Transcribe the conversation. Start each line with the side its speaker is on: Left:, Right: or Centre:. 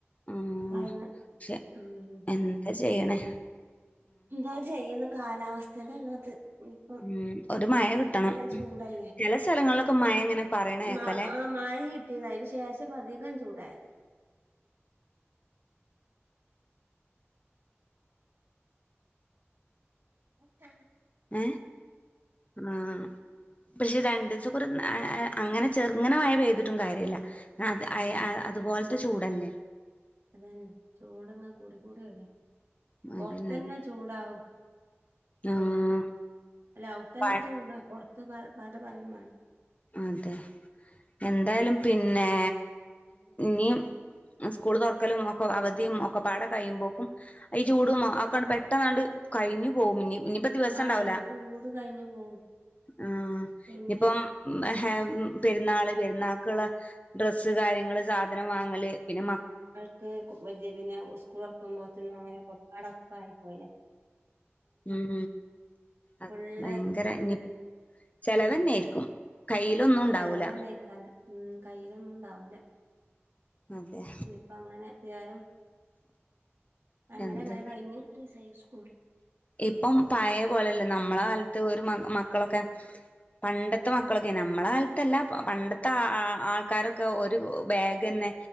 Left: മ്
Right: പറയണ
Left: പക്ഷെ
Right: ഉം
Left: എന്താ ചെയ്യണെ
Right: എന്താ ചെയ്യുന്ന കാലാവസ <unintelligible> ഇപ്പം
Left: ഉം ഒരു മഴ
Right: നല്ല
Left: കിട്ടണം
Right: ചൂടല്ലേ
Left: ചില സ്ഥലങ്ങളിലൊക്കെ മഴ ഇങ്ങനെ പറയണ കേക്കല്ലേ
Right: ന ആ മഴ കിട്ടിയ ത് അതിന് ശേഷം പ്പൊ അധികം ചൂട്. അതായത് <unintelligible>
Left: ഏ ആ പക്ഷെ രണ്ടിസം കുറെ അങ്ങനെ ചെറുങ്ങനെ മഴപെയ്തിട്ടും കാര്യല്ല. ആ അതെ അയെഅതുപോൽ
Right: ആഹ്
Left: ചൂടല്ലേ
Right: അതന്നെ ചൂടങ്ങനെ കൂടി ചൂട്
Left: അതന്നെ
Right: പൊറത്തന്നെ ചൂടാവും
Left: ആഹ്
Right: പിന്നെ അല്ല അവ്ത്തന്നെ
Left: പ
Right: ചൂടാ <unintelligible> <unintelligible>
Left: അതെ എന്തായാലും പിന്നെ നി സ്കൂള് തുറക്കലും ഒക്കെ അവധി ഒക്കെ പാടെ കഴിയുമ്പോക്കും ഈ ചൂടുംഅ ഒകെ പെട്ടെന്നാണ്ട് കഴിഞ്ഞു പോകും നി ഇനിപ്പ ദിവസം
Right: ആഹ്
Left: ണ്ടാവൂല
Right: ഇനി ചൂട് കഴിഞ്ഞു പോവും
Left: ആ
Right: പിന്നെ
Left: നി പ്പം <unintelligible> പെരുന്നാള് പെരുന്നാക്കുള്ള ഡ്രസ്സ് കാര്യങ്ങള് സാധനം വാങ്ങല് പിന്നെ മ
Right: <unintelligible> സ്കൂ തുറക്കുമ്പോത്തിനും അങ്ങനെ ആട ‌പ്പ് ആയി പോയിലെ
Left: ഉം അത്
Right: ഫുള്ള്
Left: ഭയങ്കര നി ചെലവെന്നെര്ക്കും
Right: ഇതായില്ലേ
Left: കയ്യിലൊന്നുംണ്ടാവൂല
Right: ചെലവന്നേക്കാരം ഉം കയ്യിലൊന്നുംണ്ടാവൂല
Left: അതെ
Right: ഇപ്പ അങ്ങനെ <unintelligible> അങ്ങനെ
Left: എന്ത്
Right: അങ്ങനെ കഴിഞ്ഞ് <unintelligible>
Left: ഇപ്പം പഴയ പോലല്ല നമ്മളെ കാൽ ത് ഒരു മ മക്കളൊക്കെ പണ്ടത്തെ മക്കളൊക്കെ നമ്മള കാലത്തല്ല പണ്ടത്തെ ആൾക്കാരൊക്കെ ഒരു ബാഗെന്നെ